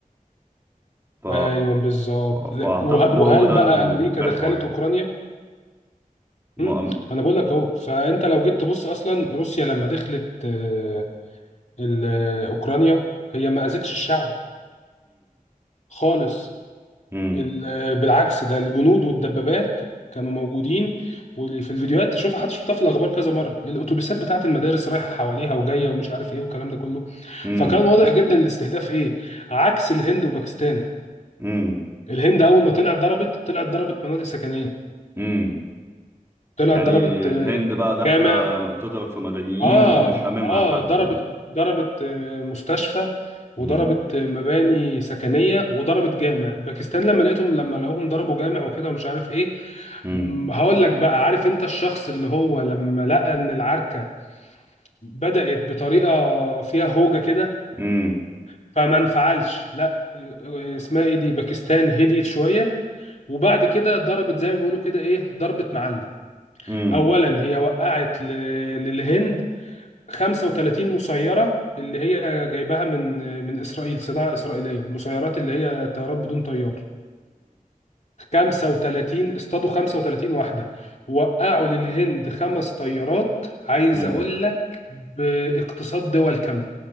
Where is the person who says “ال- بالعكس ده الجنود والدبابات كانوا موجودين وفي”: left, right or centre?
Left